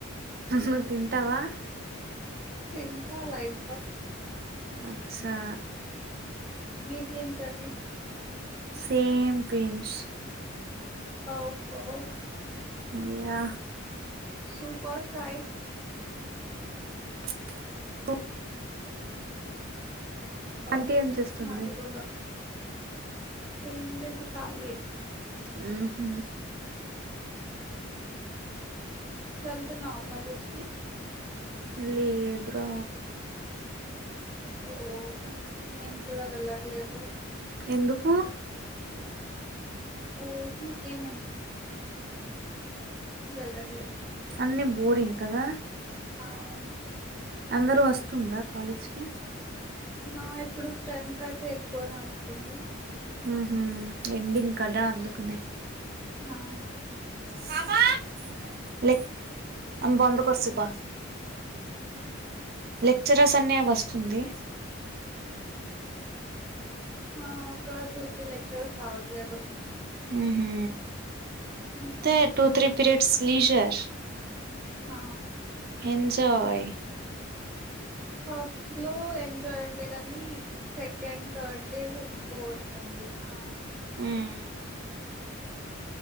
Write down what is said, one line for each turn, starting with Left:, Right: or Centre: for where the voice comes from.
Right: నువ్వు తింటావా
Centre: తింటా లైట్గా
Right: అచ్చా
Centre: మీది ఏం కర్రీ
Right: సేమ్ పించ్
Centre: ఓహో
Right: ఇయా
Centre: సూపర్ ఫ్రై
Right: <inaudible>
Centre: ఒ
Right: ఆంటీ ఏం చేస్తుంది
Centre: మాది కూడ ఏమ్ లేదు కాలియే
Right: ఊ హు
Centre: వెళ్ళ్తున్నావా కాలేజ్కి
Right: లేదు రా
Centre: ఓ నేను కూడా వెళ్ళట్లేదు
Right: ఎందుకు
Centre: ఊరికి ఏం వెళ్లట్లే
Right: అన్ని బోరింగ్ కదా
Centre: ఆవును
Right: అందరు వస్తుందా కాలేజ్కి
Centre: ఆ ఇప్పుడు స్ట్రైంత్ అయితే ఎక్కువనే వస్తుంది
Right: ఉహు ఎండింగ్ కదా అందుకనే
Centre: హా
Right: బామ్మా లేక్ అ బందు కోసు ప లెక్చరర్స్ అన్ని వస్తుంది
Centre: ఆ ఒక టూ త్రీ లెక్చరర్స్ రావట్లేదు
Right: ముహు
Centre: హ్మ్
Right: తె టూ త్రీ పిరియడ్స్ లీజార్
Centre: హ
Right: ఎంజాయ్
Centre: ఫస్ట్ లో ఎంజాయ్ ఉండే కానీ సెకండ్ థర్డ్ డే బోరింగ్ ఉంది హా
Right: మ్మ్